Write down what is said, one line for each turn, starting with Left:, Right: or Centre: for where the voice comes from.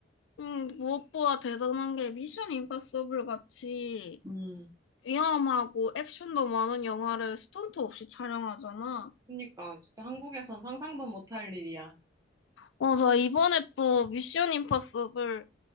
Left: 응, 무엇보다 대단한 게 미션 임파서블 같이
Right: 음,
Left: 위험하고 액션도 많은 영화를 스턴트 없이 촬영하잖아.
Right: 그러니까 진짜 한국에선 상상도 못할 일이야.
Left: 맞아, 이번에 또 미션 임파서블,